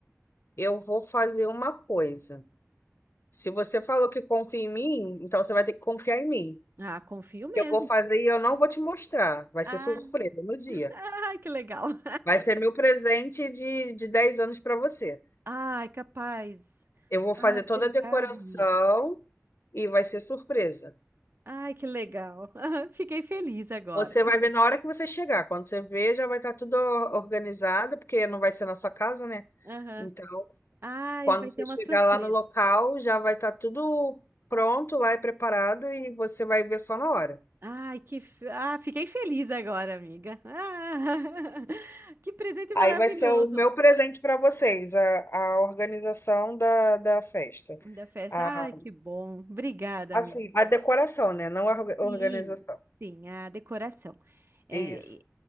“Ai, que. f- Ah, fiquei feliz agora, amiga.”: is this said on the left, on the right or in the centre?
Right